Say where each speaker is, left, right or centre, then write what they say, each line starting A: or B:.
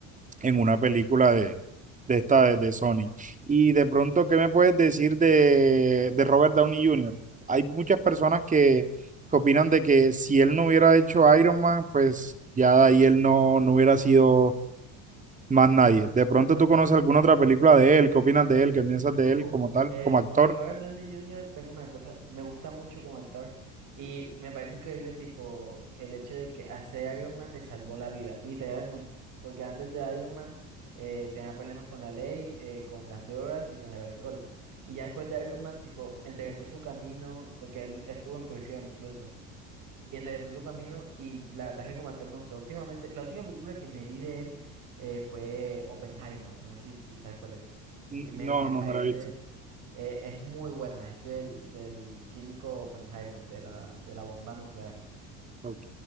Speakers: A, on the right (about 20°); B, on the right (about 55°).
A: en una película de, de esta de, de Sony. Y de pronto, ¿qué me puedes decir de, de Robert Downey Jr.? Hay muchas personas que, que opinan de que si él no hubiera hecho Iron Man, pues ya de ahí él no, no hubiera sido más nadie. De pronto tú conoces alguna otra película de él, ¿qué opinas de él? ¿Qué piensas de él
B: Uh,
A: como tal,
B: eh,
A: como actor?
B: con Robert Downey Jr. tengo una cosa, me gusta mucho como actor y me parece increíble tipo el hecho de que hacer Iron Man le salvó la vida, literalmente, porque antes de Iron Man eh, tenía problemas con la ley, eh, con las drogas y con el alcohol. Y ya después de Iron Man, tipo, enderezó su camino, porque él estuvo en prisión incluso. y enderezó su camino y la verdad es que como actor me gustó. Últimamente, la última película que me vi de él eh, fue Oppenheimer, no sé si, si sabes cuál es,
A: N-
B: que me,
A: No,
B: me
A: no
B: parece,
A: me la he visto.
B: eh, es muy buena, es del, del químico Oppenheimer, de la, de la bomba nuclear.
A: Ok,